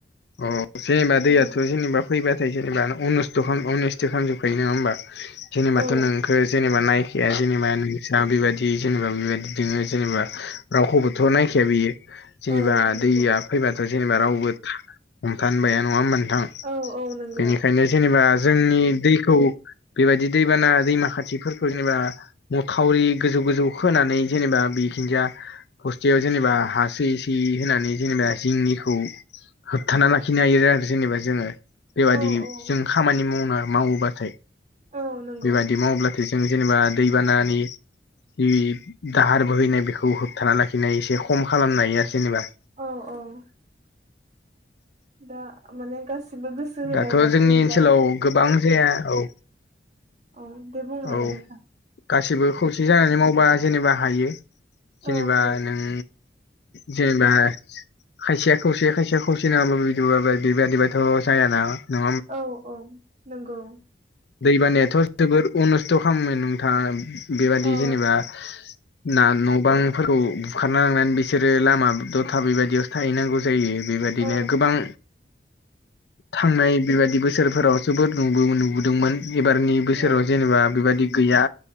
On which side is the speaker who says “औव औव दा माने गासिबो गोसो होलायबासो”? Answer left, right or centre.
Right